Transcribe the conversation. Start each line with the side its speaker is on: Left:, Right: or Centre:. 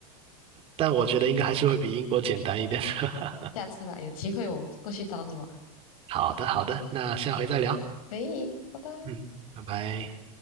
Right: <laughs> 但我觉得应该还是会比英国简单一点的。
Left: 下次吧，有机会我过去找你玩，
Right: <laughs> 好的好的，那下回再聊。
Left: 可以，拜拜。
Right: 嗯，拜拜。